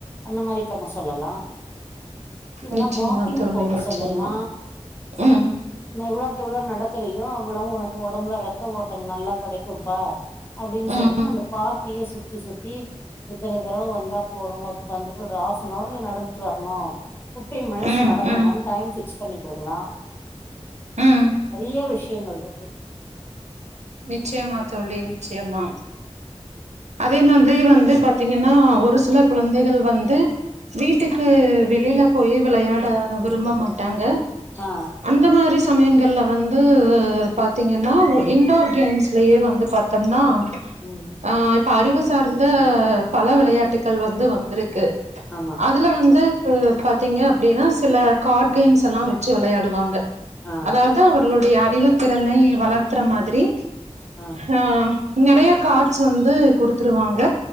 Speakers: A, on the left; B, on the right.
A: அந்த மாரி பண்ண சொல்லலா இல்லனா
B: நிச்சயமா
A: வாக்கிங்
B: தோழி
A: போக
B: நிச்சயமா
A: சொல்லலா
B: ம்
A: எவ்ளவுக்கு எவ்ளோ நடக்கியோ அவ்ளவு ஒனக்கு ஒடம்புல ரத்த ஓட்டம் நல்லா கெடைக்கும்பா அப்டின்
B: ம்
A: சொல்லி அந்த பார்கையே சுத்தி சுத்தி இத்தன தரவ வந்தா போது ஒரு வந்துட்டு ஒரு ஹாஃப் அன் அவர்ல நடந்துட்டு வரணு பிப்டீன் மினிட்ஸ்
B: ம்
A: நடக்கணு
B: ம்
A: டைம் பிக்ஸ்பன்னி குடுக்கலா
B: ம்
A: நெறைய விஷயங்கள் இருக்கு
B: நிச்சயமா தோழி நிச்சயமா அதே மாதிரி வந்து பாத்தீங்கன்னா ஒரு சில குழந்தைகள் வந்து வீட்டுக்கு வெளியில போயி விளையாட விரும்ப மாட்டாங்க
A: ஆ
B: அந்த மாதிரி சமயங்கள்ல வந்து பாத்தீங்கன்னா இன்டோர் கேம்ஸ்லயே வந்து பாத்தோம்னா
A: ம்
B: ஆ இப்ப அறிவு சார்ந்த பல வெளயாட்டுகள் வந்து வந்துருக்கு
A: ஆமா
B: அதுல வந்து பாத்தீங்க அப்டின்னா சில கார்ட் கேம்ஸ் எல்லா வெச்சி வெளயாடுவாங்க
A: ஆ
B: அதாது அவர்களுடைய அறிவுத்திறனை வளர்த்துற மாதிரி
A: ஆ
B: ஆ நெறைய கார்ட்ஸ் வந்து குடுத்துருவாங்க